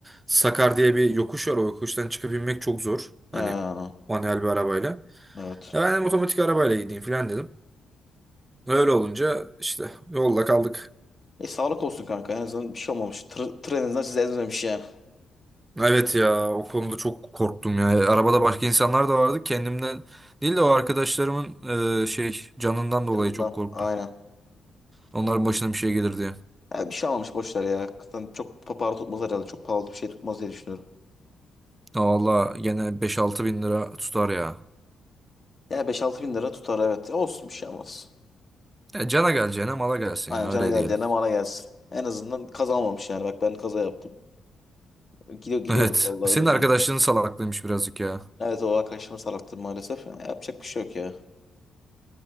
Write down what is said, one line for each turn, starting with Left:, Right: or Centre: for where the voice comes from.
Right: Sakar diye bir yokuş var. O yokuştan çıkıp inmek çok zor. Hani
Left: Ha,
Right: manuel bir arabayla.
Left: evet.
Right: Ya ben dedim, otomatik arabayla gideyim falan dedim. Öyle olunca işte yolda kaldık.
Left: E sağlık olsun kanka. En azından bir şey olmamış. Tır, tır en azından sizi ezmemiş yani.
Right: Evet ya o konuda çok korktum ya. Arabada başka insanlar da vardı. Kendimden değil de o arkadaşlarımın e, şey canından dolayı
Left: Canından.
Right: çok korktum.
Left: Aynen.
Right: Onların başına bir şey gelir diye.
Left: Ya bir şey olmamış boş ver ya. Zaten çok pa- para tutmaz herhalde. Çok pahalı bir şey tutmaz diye düşünüyorum.
Right: Ya Valla gene 5-6 bin lira tutar ya.
Left: Yani beş altı bin lira tutar evet. E, olsun bir şey olmaz.
Right: Ya cana geleceğine mala gelsin
Left: Aynen
Right: ya
Left: cana
Right: öyle
Left: geleceğine
Right: diyelim.
Left: mala gelsin. En azından kaza olmamış yani. Bak ben kaza yaptım. Gidiyor, gidiyorduk
Right: Evet.
Left: vallahi
Right: Senin
Left: öbür
Right: arkadaşlığın
Left: dünyaya.
Right: salaklıymış birazcık ya.
Left: Evet o arkadaşımın salaktı maalesef. Ya, yapacak bir şey yok ya.